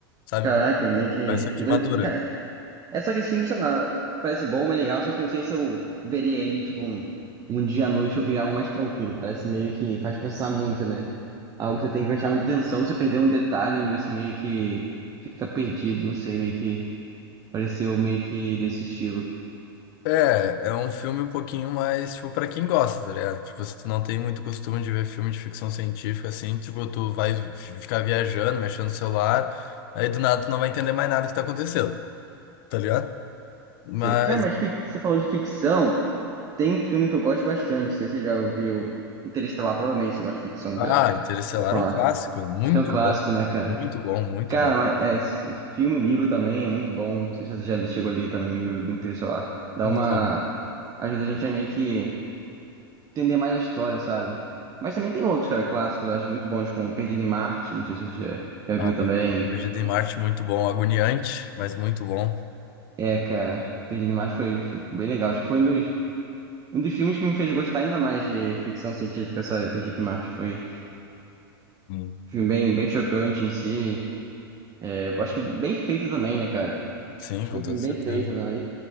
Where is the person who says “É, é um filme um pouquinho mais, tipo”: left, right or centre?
Left